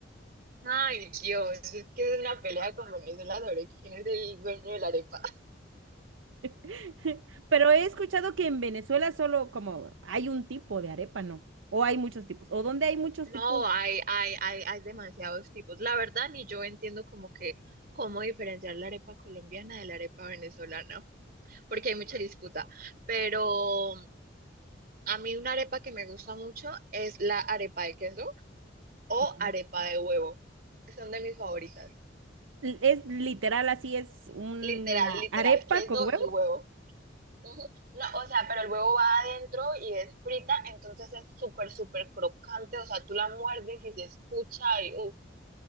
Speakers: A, on the right; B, on the right.
A: Ay, Dios, es que es una pelea con Venezuela sobre quién es el dueño de la arepa.
B: <laughs> Pero he escuchado que en Venezuela solo como hay un tipo de arepa, ¿no? O hay muchos tipos. O donde hay muchos
A: No,
B: tipos.
A: hay, hay, hay, hay demasiados tipos. La verdad, ni yo entiendo como que cómo diferenciar la arepa colombiana de la arepa venezolana, porque hay mucha disputa. Pero a mí una arepa que me gusta mucho es la arepa de queso o
B: Ujú.
A: arepa de huevo. Son de mis favoritas.
B: L- Es literal así, es una
A: Literal, literal,
B: arepa
A: queso
B: con huevo.
A: y huevo. Ujú. No, o sea, pero el huevo va adentro y es frita, entonces es súper, súper crocante. O sea, tú la muerdes y se escucha y ¡uh!